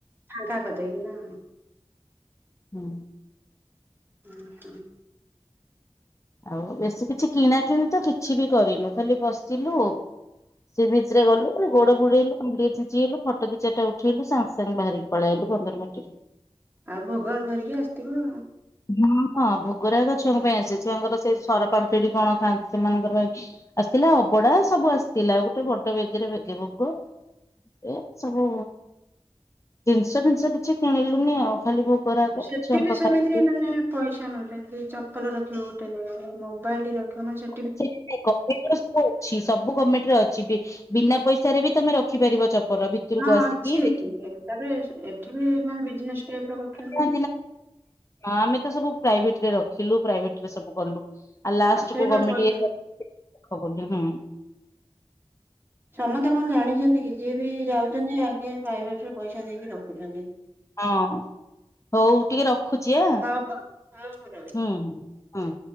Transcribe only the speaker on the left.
ହୁଁ।
ଆଉ ବେଶୀ କିଛି କିଣା କିଣି ତ କିଛି ବି କରିନୁ ଖାଲି ବସିଲୁ। ସେ ବିଚ ରେ ଗଲୁ ଗୋଡ ଗୋଡେଇଲୁଣ୍ଡି ଛିଞ୍ଚି ହେଲୁ ଫଟ ଦି ଚାରଟା ଉଠେଇଲୁ ସାଙ୍ଗେ ସାଙ୍ଗେ ବାହାରି ପଳେଇ ଆଇଲୁ ପନ୍ଦର ମିନଟ
ହଁ ହଁ ଭୋଗରାଗ ଛୁଆଙ୍କ ପାଇଁ ଆସେ ଛୁଆଙ୍କର ସେଇ ସର ପାାମ୍ପିଡି କଣ ଖାଆନ୍ତି ସେମାନଙ୍କର ପାଇଁ ଆସିଥିଲା ଅବଡା ସବୁ ଆସିଥିଲା ଆଉ ଗୋଟେ ବଟ ବେଗିରେ ଭେଗ ବଙ୍ଗ ଏ ସବୁ ଜିନିଷ ଜିନିଷ କିଛି କିଣିଲୁନି ଆଉ ଖାଲି ବୋ ରା ଛୁଆ
ଙ୍କ
ଖାଇବା।
<unintelligible> ଅଛି ସବୁ ଗଭର୍ଣ୍ଣମେଣ୍ଟରେ ଅଛି ବିନା ପଇସାରେ ବି ତମେ ରଖିପାରିବ ଚପଲ ରକୁ
ଆସିକି
ଦେଖ
ହଁ
ଆମେ ତ ସବୁ ପ୍ରାଇଭେଟ ରେ ରଖିଲୁ ପ୍ରାଇଭେଟ ରେ ସବୁ କଲୁ ଆ ଲ
କୁ ଗଣ୍ଟ
ଦେଖ ବିଲୁ ହୁଁ
ହଁ ହଉ ଟିକେ ରଖୁଛି ଆ
ହୁଁ ହୁଁ ହୁଁ।